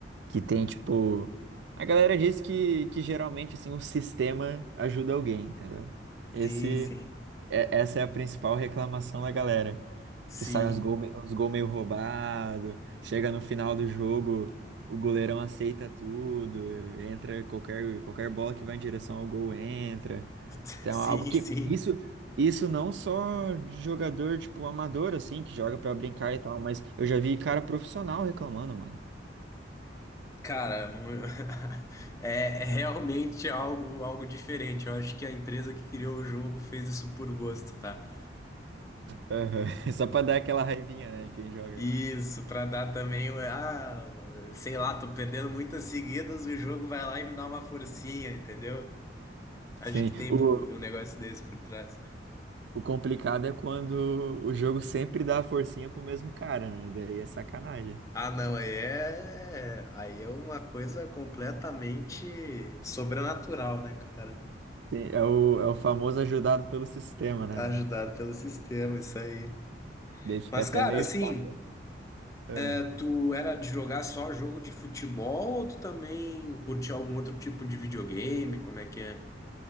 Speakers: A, on the right (about 65°); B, on the left (about 15°).
A: Que tem, tipo. A galera diz que, que geralmente, assim, o sistema ajuda alguém, entendeu? Esse,
B: Sim, sim.
A: é- essa é a principal reclamação da galera.
B: Sim.
A: que sai uns gols uns gol meio roubado, chega no final do jogo, o goleirão aceita tudo, entra qualquer, qualquer bola que vai em direção ao gol entra.
B: <laughs>
A: Então,
B: Sim,
A: é algo que
B: sim.
A: isso isso não só de jogador tipo amador assim, que joga pra brincar e tal, mas eu já vi cara profissional reclamando, mano.
B: Cara, mu- <laughs> é, é realmente algo algo diferente. Eu acho que a empresa que criou o jogo fez isso por gosto, tá?
A: Aham. <laughs> Só pra dar aquela raivinha, né, em quem joga.
B: Isso, pra dar também, um, ah, sei lá, tô perdendo muitas seguidas, o jogo vai lá e me dá uma forcinha, entendeu? Acho
A: Sim,
B: que tem
A: o
B: pro- um negócio desse por trás.
A: O complicado é quando o jogo sempre dá a forcinha pro mesmo cara, né? Daí é sacanagem.
B: Ah, não, aí é, aí é uma coisa completamente sobrenatural, né, cara?
A: Sim, é o, é o famoso ajudado pelo sistema, né,
B: Ajudado
A: mano?
B: pelo sistema, isso aí.
A: Daí fica
B: Mas,
A: até
B: cara,
A: meio
B: assim,
A: chato. É.
B: é, tu era de jogar só jogo de futebol ou tu também curtia algum outro tipo de videogame? Como é que é?